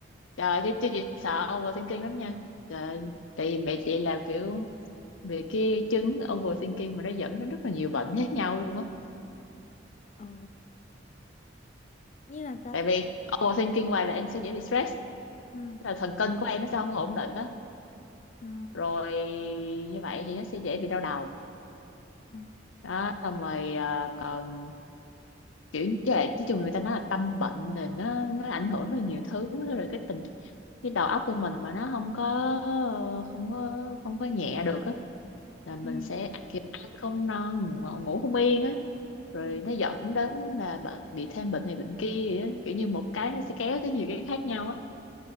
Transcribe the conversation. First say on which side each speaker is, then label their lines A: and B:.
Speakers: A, on the left; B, on the left.
A: trời chứ chứ chị sợ overthinking lắm nha trời tại vì mẹ chị là kiểu vì cái chứng overthinking mà nó dẫn đến rất là nhiều bệnh khác nhau luôn á
B: ồ như là sao
A: tại vì overthinking hoài là em sẽ dễ bị stress
B: ừ
A: tức là thần kinh của em nó sẽ không có ổn định đó
B: ừ
A: rồi như vậy thì nó sẽ dễ bị đau đầu
B: ừ
A: đó xong rồi à, còn kiểu chứ là chứ chung người ta nói là tâm bệnh là nó nó ảnh hưởng rất là nhiều thứ rồi cái tình cái đầu óc của mình mà nó không có không có không có nhẹ được á là mình
B: ừ
A: sẽ kiểu ăn không no ngủ, ngủ không yên á rồi
B: ừ
A: nó dẫn đến là bị, bị thêm bệnh này bệnh kia vậy á. kiểu như một cái nó sẽ kéo tới nhiều cái khác nhau á